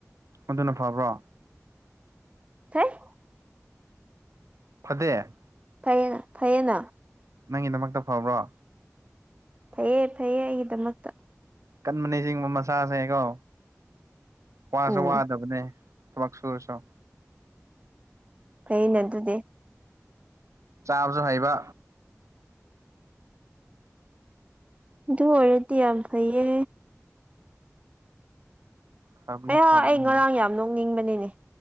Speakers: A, on the right; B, on the right.
A: ꯑꯗꯨꯅ ꯐꯕ꯭ꯔꯣ
B: ꯍꯩꯠ
A: ꯐꯗꯦ
B: ꯐꯩꯌꯦ ꯐꯩꯌꯦꯅ
A: ꯅꯪꯒꯤꯗꯃꯛꯇ ꯐꯕ꯭ꯔꯣ
B: ꯐꯩꯌꯦ ꯐꯩꯌꯦ ꯑꯩꯒꯤꯗꯃꯛꯇ
A: ꯀꯟꯕꯅꯦ ꯁꯤꯒꯨꯝꯕ ꯃꯆꯥꯥꯁꯦꯀꯣ ꯋꯥꯁꯨ
B: ꯎꯝ
A: ꯋꯥꯗꯕꯅꯦ ꯊꯕꯛꯁꯨ ꯁꯨꯔꯁꯨ
B: ꯐꯩꯑꯦꯅ ꯑꯗꯨꯗꯤ
A: ꯆꯥꯕꯁꯨ ꯍꯩꯕ
B: ꯑꯗꯨ ꯑꯣꯏꯔꯗꯤ ꯌꯥꯝ ꯐꯩꯌꯦ
A: ꯐꯕꯅꯤ
B: ꯑꯩꯌꯥ
A: ꯐꯕꯅꯤ
B: ꯑꯩ ꯉꯔꯥꯡ ꯌꯥꯝ ꯅꯣꯛꯅꯤꯡꯕꯅꯤ